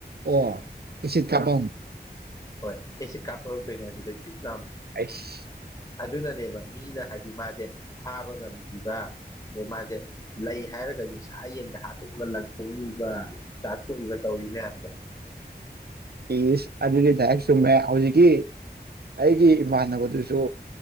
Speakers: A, on the right; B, on the left.
A: ꯑꯣ ꯏꯁꯤꯠ ꯀꯥꯄꯝ
B: ꯍꯣꯏ ꯑꯦꯁꯤꯠ ꯀꯥꯞꯊꯣꯔꯛ ꯇꯣꯏꯅꯦ ꯑꯗꯨꯗꯩ ꯄꯤꯠ ꯂꯥꯎꯅ
A: ꯑꯩꯁ
B: ꯑꯗꯨꯅꯅꯦꯕ ꯃꯤꯅ ꯍꯥꯏꯗꯤ ꯃꯥꯁꯦ ꯐꯥꯕ ꯉꯝꯈꯤꯕ ꯑꯗꯩ ꯃꯥꯁꯦ ꯂꯩ ꯍꯥꯏꯔꯒꯗꯤ ꯁꯥ ꯌꯦꯟꯒ ꯍꯥꯠꯇꯣꯛꯑꯒ ꯂꯪꯊꯣꯛꯑꯝꯃꯤꯕ ꯆꯥꯊꯣꯛꯏꯕ ꯇꯧꯏ ꯃꯌꯥꯝꯗꯣ
A: ꯏꯁ ꯑꯗꯨꯒꯤ ꯗꯥꯏꯔꯦꯛ ꯆꯨꯝꯃꯦ ꯍꯧꯖꯤꯛꯀꯤ ꯑꯩꯒꯤ ꯏꯃꯥꯟꯅꯕꯗꯨꯁꯨ